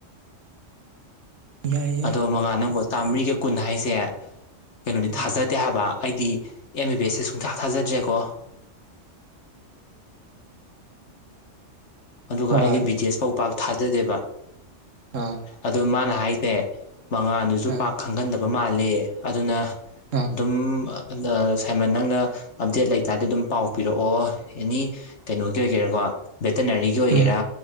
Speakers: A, on the right; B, on the left.
A: ꯌꯥꯏ ꯌꯥꯏ
B: ꯑꯗꯣ ꯃꯉꯥꯟ ꯅꯪꯕꯣ ꯆꯥꯝꯃꯔꯤꯒ ꯀꯨꯟ ꯍꯥꯏꯁꯦ ꯀꯩꯅꯣꯅꯤ
A: ꯎꯝ
B: ꯊꯥꯖꯗꯦ ꯍꯥꯏꯕ ꯑꯩꯗꯤ ꯑꯦꯝ ꯕꯤ ꯕꯤ ꯑꯦꯁꯁꯦ ꯁꯨꯡꯊꯥꯛ ꯊꯥꯖꯗ꯭ꯔꯦꯀꯣ ꯑꯗꯨꯒ
A: ꯍꯣꯏ
B: ꯑꯩꯗꯤ ꯕꯤꯗꯦꯁ ꯐꯥꯎ ꯄꯥꯛ ꯊꯥꯖꯗꯦꯕ
A: ꯑꯥ
B: ꯑꯗꯣ ꯃꯥꯅ ꯍꯥꯏꯁꯦ ꯃꯉꯥꯟꯗꯨꯁꯨ
A: ꯑꯥ
B: ꯄꯥꯛ ꯈꯪꯒꯟꯗꯕ ꯃꯥꯜꯂꯦ ꯑꯗꯨꯅ
A: ꯑꯥ
B: ꯗꯨꯝ ꯑꯗ ꯁꯥꯏꯃꯟ ꯅꯪꯅ ꯑꯞꯗꯦꯠ ꯂꯩꯇꯥꯗꯤ ꯑꯗꯨꯝ ꯄꯥꯎ ꯄꯤꯔꯛꯑꯣ ꯑꯦꯅꯤ ꯀꯩꯅꯣꯒꯤ ꯑꯣꯏꯒꯦꯔ ꯕꯦꯇꯅꯔꯤꯒꯤ ꯑꯣꯏꯒꯦꯔꯥ
A: ꯎꯝ